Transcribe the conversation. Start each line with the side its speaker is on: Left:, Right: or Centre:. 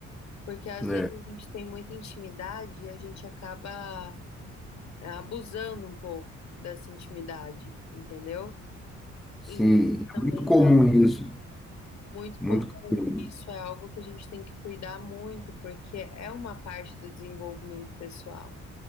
Left: Porque às
Centre: né?
Left: vezes a gente tem muita intimidade e a gente acaba abusando um pouco dessa intimidade, entendeu?
Centre: Sim,
Left: E isso também
Centre: é muito comum
Left: é
Centre: isso,
Left: muito comum.
Centre: muito comum.
Left: Isso é algo que a gente tem que cuidar muito, porque é uma parte do desenvolvimento pessoal.